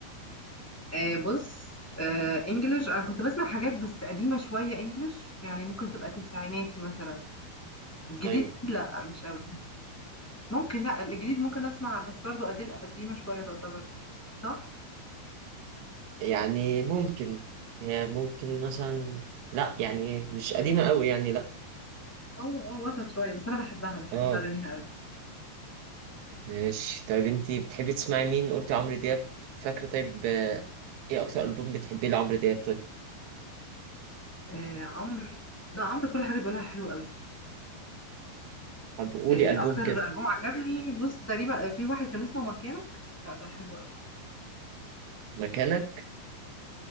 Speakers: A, in the centre; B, on the right.
A: آه بص آه انجلش انا كنت بسمع حاجات بس قديمة شوية انجلش يعني ممكن تبقى تسعيناتي مثلا الجديد
B: ايوه
A: لا مش قوي ممكن لا الجديد ممكن اسمع بس برضو اديل قديمة شوية تعتبر صح
B: يعني ممكن هي ممكن مثلا لا يعني مش قديمة قوي يعني لا
A: اه اه وسط شوية بس انا بحبها بحب
B: اه
A: اغانيها قوي
B: ماشي طيب انت بتحبي تسمعي مين قلتي عمرو دياب فاكرة طيب آه، ايه اكتر ألبوم بتحبيه لعمرو دياب طيب
A: آه عمرو لا عمرو كل حاجة بيقولها حلوة قوي
B: طب قولي
A: إيه
B: ألبوم
A: اكتر
B: كده
A: البوم عجبني بص تقريبا في واحد كان اسمه مكانك لا ده حلو قوي
B: مكانك